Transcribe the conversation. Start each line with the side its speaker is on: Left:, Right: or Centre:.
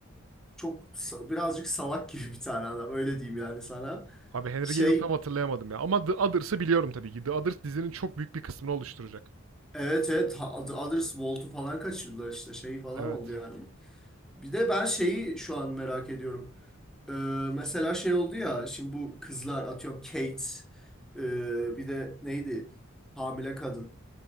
Centre: çok sa- birazcık salak gibi bir tane adam öyle diyeyim yani sana.
Right: Abi Henry
Centre: Şey
Right: Gale'ı tam hatırlayamadım ya. Ama The Others'ı biliyorum tabii ki. The Others dizinin çok büyük bir kısmını oluşturacak.
Centre: evet evet ha- Oth- Others Volt'u falan kaçırdılar işte şey falan
Right: Evet.
Centre: oldu yani. Bir de ben şeyi şu an merak ediyorum. Ee, mesela şey oldu ya şimdi bu kızlar atıyorum Kate ee, bir de neydi hamile kadın.